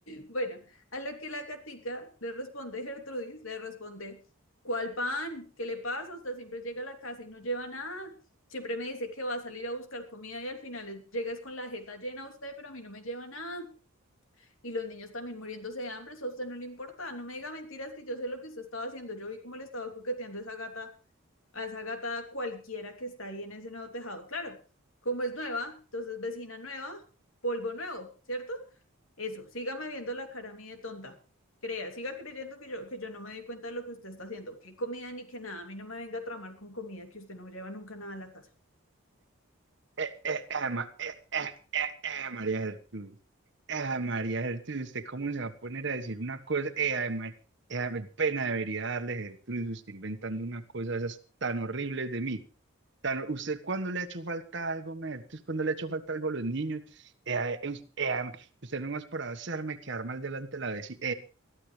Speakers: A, on the left (about 75°); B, on the right (about 55°).
A: Bueno, a lo que la gatica le responde, Gertrudis, le responde, ¿cuál pan? ¿Qué le pasa? Usted siempre llega a la casa y no lleva nada. Siempre me dice que va a salir a buscar comida y al final llegas con la jeta llena usted, pero a mí no me lleva nada. Y los niños también muriéndose de hambre, eso a usted no le importa. No me diga mentiras que yo sé lo que usted estaba haciendo. Yo vi cómo le estaba coqueteando a esa gata, a esa gata cualquiera que está ahí en ese nuevo tejado. Claro, como es nueva, entonces vecina nueva, polvo nuevo, ¿cierto? Eso, sígame viendo la cara a mí de tonta. Crea, siga creyendo que yo, que yo no me doy cuenta de lo que usted está haciendo. Qué comida ni qué nada, a mí no me venga a tramar con comida que usted no lleva nunca nada a la casa.
B: Eh, eh, ah, ma- eh, eh, eh, eh, María Gertrudis. Ah, María Gertrudis, ¿usted cómo se va a poner a decir una cosa? Eh, ay, ma- eh, ay, pena debería darle, Gertrudis, usted inventando una cosa de esas tan horribles de mí. Tan, hor- ¿usted cuándo le ha hecho falta algo, ma Gertrudis? ¿Cuándo le ha hecho falta algo a los niños? Eh, ay, eh, us- eh, ay, ma- usted nomás por hacerme quedar mal delante de la vecina.